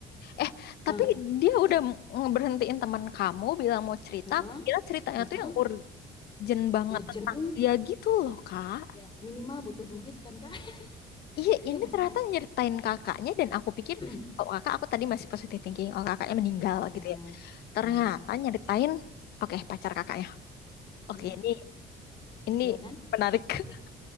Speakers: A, on the left (about 70°); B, on the left (about 25°).
A: Eh, tapi
B: Nah,
A: dia udah m- ngeberhentiin teman kamu bilang mau cerita.
B: heeh,
A: Aku kira ceritanya
B: heeh,
A: tuh yang urgent banget
B: urgent
A: tentang dia gitu loh, Kak.
B: ya minimal butuh duit kan Kak? <laughs>
A: Iya, ini
B: Ya nggak
A: ternyata
B: sih Kak?
A: nyeritain kakaknya dan aku pikir,
B: <clears throat>
A: oh kakak, aku tadi masih positive thinking, oh kakaknya meninggal
B: Iya,
A: gitu ya. Ternyata
B: iya,
A: nyeritain, oke pacar kakaknya. Oke,
B: iya,
A: ini ini
B: iya kan?
A: menarik. <laughs>
B: Freak,